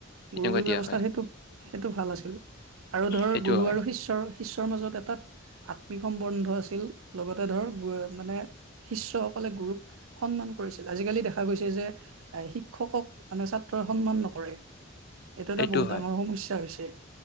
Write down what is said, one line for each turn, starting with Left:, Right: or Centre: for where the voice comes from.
Left: তেনেকুৱা
Right: গুৰুকুল ব্যৱস্থাত
Left: দিয়া হয়
Right: সেইটো সেইটো ভাল আছিল আৰু ধৰ
Left: সেইটো
Right: গুৰু
Left: হয়
Right: আৰু শিষ্যৰ বিশ্বৰ মাজত এটা আত্মিক সম্বন্ধ আছিল লগতে ধৰ মানে। শিষ্যসকলে গুৰুক সন্মান কৰিছিল আজিকালি দেখা গৈছে যে এ শিক্ষকক মানে ছাত্ৰী। ত সন্মান নকৰে এইটো
Left: সেইটো
Right: এটা বহুত
Left: হয়
Right: ডাঙৰ সমস্যা হৈছে।